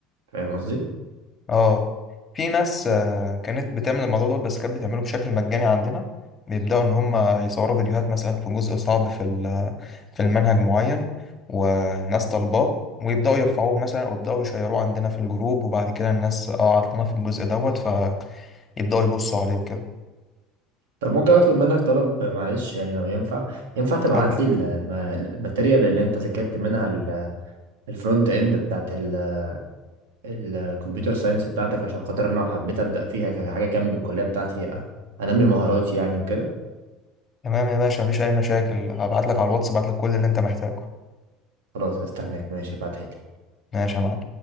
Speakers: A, on the right (about 75°); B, on the left (about 30°).
A: فاهم قصدي؟
B: اه في ناس آه، كانت بتعمل الموضوع ده بس كانت بتعمله بشكل مجاني عندنا بيبدأوا إن هم يصوروا فيديوهات مثلا في جزء صعب في ال- في المنهج معين والناس طالباه ويبدأوا يرفعوه مثلا أو يبدأوا يشيروه عندنا في الجروب وبعد كده الناس اه عطلانة في الجزء دوت فيبدأوا يبصوا عليه وكده
A: طب ممكن اطلب منك طلب معلش يعني لو ينفع ينفع تبعت
B: اتفضل
A: لي الم- الماتيريال اللي انت ذاكرت منها ال- الفرونت اند بتاعت ال- الكمبيوتر ساينس بتاعتك عشان خاطر انا لو حبيت ابدا فيها كحاجه جنب الكليه بتاعتي انمي مهاراتي يعني وكده
B: تمام يا باشا مفيش أي مشاكل هبعت لك على الواتس هبعت لك كل اللي أنت محتاجه
A: خلاص هستناك ماشي ابعتها لي
B: ماشي يا معلم